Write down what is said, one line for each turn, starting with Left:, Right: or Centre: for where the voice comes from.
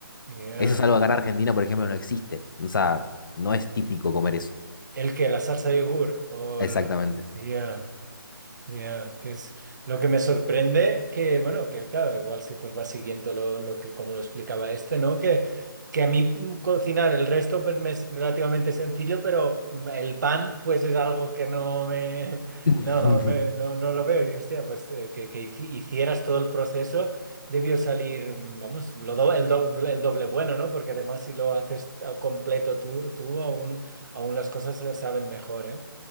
Right: Yeah,
Left: Eso es algo que acá en Argentina, por ejemplo, no existe. O sea, no es típico comer eso.
Right: ¿El que ¿La salsa de yogur? O el-
Left: Exactamente.
Right: yeah. Ya, que es lo que me sorprende que, bueno, que claro, igual si pues vas siguiendo lo, lo que como lo explicaba este, ¿no? Que, que a mí mm, cocinar el resto pues me es relativamente sencillo, pero mm, el pan pues es algo que no me, <laughs>
Left: <laughs>
Right: no me, no, no lo veo. Y hostia, pues eh, que, que hici- hicieras todo el proceso debió salir, mm, vamos, lo do- el doble, el doble bueno, ¿no? Porque además si lo haces a completo tú, tú aún, aún las cosas se saben mejor, ¿eh?